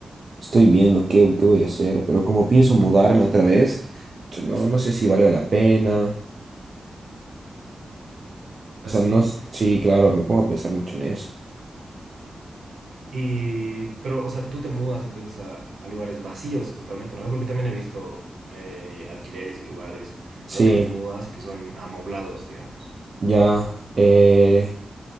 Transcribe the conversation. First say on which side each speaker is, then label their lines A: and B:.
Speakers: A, on the right; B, on the right.
A: estoy viendo qué, qué voy a hacer, pero como pienso mudarme otra vez, yo no, no sé si valga la pena.
B: ¿Así?
A: O sea, no, s- sí, claro, me pongo a pensar mucho en eso.
B: Y, pero, o sea, tú te mudas entonces a, a lugares vacíos totalmente, ¿no? Porque también he visto eh, alquileres y lugares
A: Sí,
B: a los que te mudas y que son amoblados, digamos.
A: ya. eh,